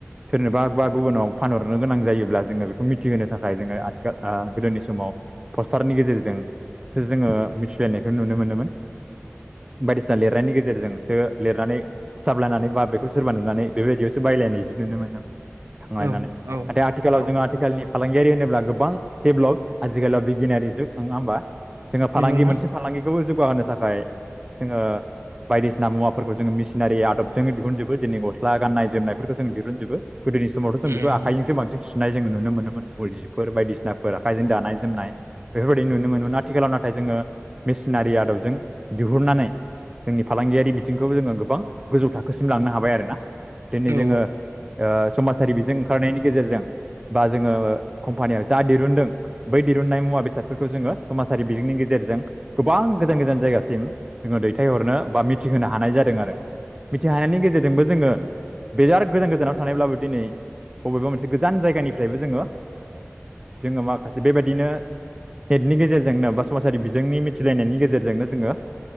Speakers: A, on the right; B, on the right.
A: सोरनोबा बा गुबुनाव फानहरनो गोनां जायोब्ला जोङो बेखौ मिथिहोनो थाखाय जोङो आथिखाल गोदोनि समाव पस्टारनि गेजेरजोंसो जोङो मिथिलायनायखौ नुनो मोनोमोन। बायदिसिना लिरनायनि गेजेरजोंसो लिरनानै सिथाबलायनानै बा बेखौ सोरबा नुनानै बेबायदियावसो बायलायनाय बिदि नुनो मोनो थांलायनानै
B: औ औ
A: नाथाय आथिखालाव
B: औ
A: जोङो आथिखालनि फालांगियारि होनोब्ला गोबां डेभेलप आथिखालाव बिगियानारि नङा होमबा? जोङो फालांगि
B: नंगौ नोंथां
A: मोनसे फालांगिखौबो जौगाहोनो थाखाय जोङो बायदिसिना मुवाफोरखौ जोङो मिसिनारि आदबजोंनो दिहुनजोबो दिनै गस्ला गाननाय जोमनायफोरखौ जोंङो दिरुनजोबो गोदोनि समावथ' जों बेखौ
B: उम
A: आखाइजोंसो बांसिन सुनाय जोंङो नुनो मोनोमोन उल जिफोर बायदिसिनाफोर आखाइजों दानाय जोमनाय। बेफोरबायदि नुनो मोनोमोन आथिखालाव नाथाय जोङो मेसिनारि आदबजों दिहुननानै जोंनि फालांगियारि बिथिंखौ जोङो गोबां गोजौ थाखोसिम लांनो हाबाय आरोना दिनै
B: औ
A: जोङो ओ समाजारि बिजों ओंखारनायनि गेजेरजों बा जोङो कम्पानियाव जा दिरुनदों बै दिरुननाय मुवा बेसादफोरखौ जोङो समाजारि बिजोंनि गेजेराव गेजेरजों गोबां गोजान गोजान जायगासिम जोङो दैथायहरनो बा मिथिहोनो हानाय जादों आरो। मिथिहानायनि गेजेरजोंबो जोङो बिराद गोजान गोजानाव थानायब्लाबो दिनै बबेबा मोनसे गोजान जायगानिफ्रायबो जोङो जोङो माखासे बेबायदिनो हेटनि गेजेरजोंनो बा समाजारि बिजोंनि मिथिलायनायनि गेजेरजोंनो जोङो